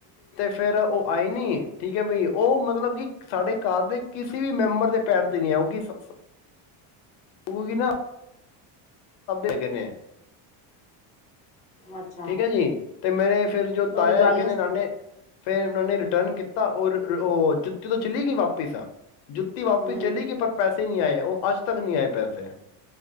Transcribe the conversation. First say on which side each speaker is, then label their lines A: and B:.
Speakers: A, on the left; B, on the left.
A: ਫੇਿਰ ਉਹ ਆਈ ਨੀ। ਠੀਕ ਹੈ ਬ ਉਹ ਮਤਲਬ ਕਿ ਸਾਡੇ ਘਰ ਦੇ ਕਿਸੇ ਵੀ ਮੈਂਬਰ ਦੇ ਪੈਰ। ਨ ਆਉਗੀ ਸ ਹੋ ਗਈ ਨਾ ਹੈਗੇ ਨੇ
B: ਅੱਛਾ
A: ਠੀਕ ਹੈ ਜੀ। ਤੇ ਮੇਰੇ ਫਿਰ ਜੋ
B: ਤੁਹਾਡੀ
A: ਤਾਇਆ
B: ਗੱਲ
A: ਹੈਗੇ
B: ਨੂੰ
A: ਨੇ ਉਹ ਨੇ ਫੇਿਰ ਉਹ ਨੇ ਰਿਟਰਨ ਕੀਤਾ ਤਾਂ ਉਹ ਉਹ ਜੁੱਤੀ ਤੋਂ ਚਲੀ ਗਈ ਵਾਪਿਸ ਆ। ਜੁੱਤੀ ਵਾਪਸ
B: ਹੂੰ
A: ਚਲੇ ਗਈ ਪਰ ਪੈਸੇ ਪੈਸੇ ਨਹੀਂ ਆਏ ਉਹ ਅੱਜ ਤੱਕ ਨਹੀਂ ਆਏ ਪੈਸੇ।